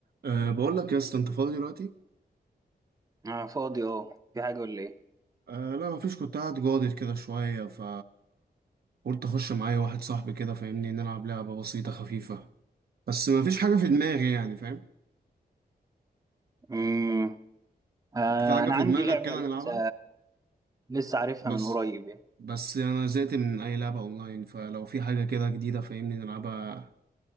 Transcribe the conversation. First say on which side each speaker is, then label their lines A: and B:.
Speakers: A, on the right (about 65°); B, on the right (about 20°).
A: أه بقول لك يا اسطى انت فاضي دلوقتي
B: أنا فاضي أه في حاجة ولا إيه؟
A: أه لا مفيش كنت قاعد جاضي كده شويه ف قلت اخش معايا واحد صاحبي كده فاهمني نلعب لعبه بسيطه خفيفه بس مفيش حاجه في دماغي يعني فاهم
B: مم. آه
A: انت في حاجه
B: أنا
A: في
B: عندي
A: دماغك
B: لعبة
A: كده
B: لسه
A: نلعبها
B: لسه عارفها
A: بس
B: من قريب يعني
A: بس انا زهقت من اي لعبه اونلاين فلو في حاجه كده جديده فاهمني نلعبها